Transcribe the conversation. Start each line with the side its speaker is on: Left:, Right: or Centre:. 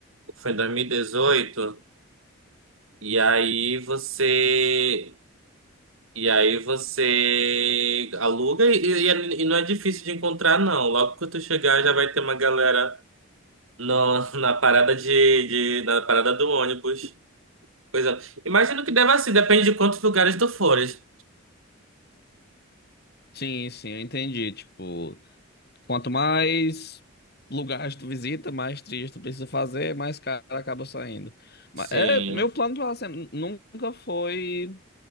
Right: Foi em dois mil e dezoito e aí você. E aí você aluga e, e é- e não é difícil de encontrar, não. Logo que tu chegar, já vai ter uma galera no, na parada de, de- na parada do ônibus. Pois é. Imagino que deva ser, depende de quantos lugares tu fores.
Left: Sim, sim, eu entendi. Tipo, quanto mais lugares tu visita, mais trilhas tu precisa fazer, mais caro acaba saindo. Mas
Right: Sim.
Left: é, meu plano pra sempre nunca foi